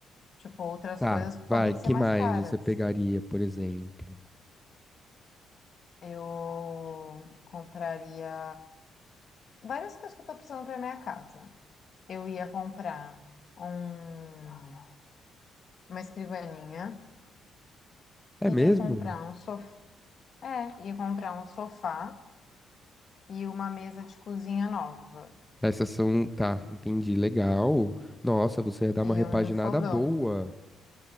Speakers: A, on the left; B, in the centre.
A: Tipo, outras
B: Tá,
A: coisas podem
B: vai. Que
A: ser mais
B: mais
A: caras.
B: você pegaria, por exemplo?
A: Eu compraria várias coisas que eu tô precisando pra minha casa. Eu ia comprar um... uma escrivaninha,
B: É
A: ia
B: mesmo?
A: comprar um sofá, é, ia comprar um sofá e uma mesa de cozinha nova
B: Essas são. Tá, entendi. Legal. Nossa, você ia dar
A: e
B: uma repaginada
A: um fogão.
B: boa.